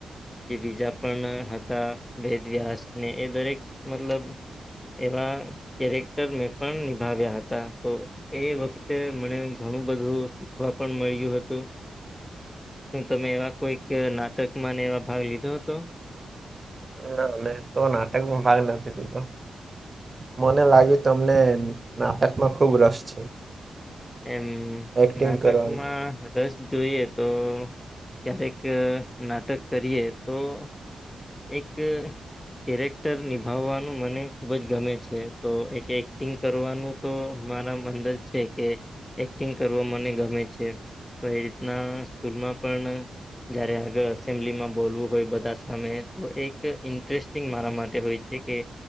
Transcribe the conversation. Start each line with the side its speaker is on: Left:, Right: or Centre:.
Left: જે બીજા પણ હતા ભેદ વ્યાસને એ દરેક મતલબ. એવા કેરેક્ટર મેં પણ નિભાવ્યા હતા તો. એ વખતે મને ઘણું બધું શીખવા પણ મળ્યું હતું. શું તમે એવા કોઈક નાટકમાંને એવા ભાગ લીધો હતો.
Right: ના મે તો નાટકમાં ભાગ નથી લીધો. મને લાગ્યું તમને નાટકમાં ખુબ રસ છે.
Left: એમ
Right: એક્ટિંગ
Left: નાટકમાં.
Right: કરવાનું
Left: રસ જોઈએ તો ક્યારેક નાટક કરીએ તો. એક. કેરેક્ટર નિભાવવાનું મને ખૂબ જ ગમે છે તો એક એક્ટિંગ કરવાનું. તો મારા અંદર છે કે એક્ટિંગ કરવા મને ગમે છે. તો એ રીતના સ્કૂલમાં પણ. જયારે આગળ અસેમ્બલી માં બોલવું હોય બધા સામે. તો એક ઇન્ટરેસ્ટિંગ મારા માટે હોય છે કે.